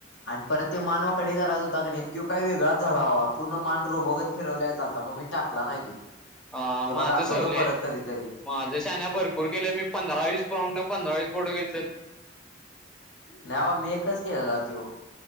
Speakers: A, on the left; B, in the centre.
A: आणि परत ते मान वाकडी करायच होता कणी, तो काही वेगळाच झाला बाबा, पूर्ण मान रोबो गत फिरवल्यागत झालता, मग मी टाकला नाही त्यो.
B: अ
A: तुला
B: माझं
A: दाखवतो
B: सवले
A: परत कधीतरी
B: माझ्या शाण्या भरपूर केेल मी, पंधरा वीस प्राऊंड पंधरावीस पुढ गेलोय.
A: नाही बाबा मी एकच केलेला तो.